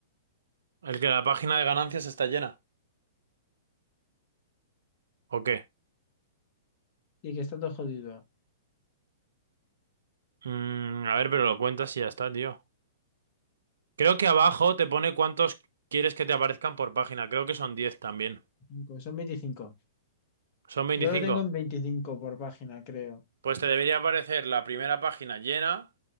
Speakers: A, on the right; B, on the left.
A: ¿El que la página de ganancias está llena? ¿O qué?
B: Sí, que está todo jodido.
A: Mm, a ver, pero lo cuentas y ya está, tío. Creo que abajo te pone cuántos quieres que te aparezcan por página, creo que son 10 también.
B: Cinco, son veinticinco
A: ¿Son veinticinco.
B: Yo lo tengo en 25 por página, creo.
A: Pues te debería aparecer la primera página llena.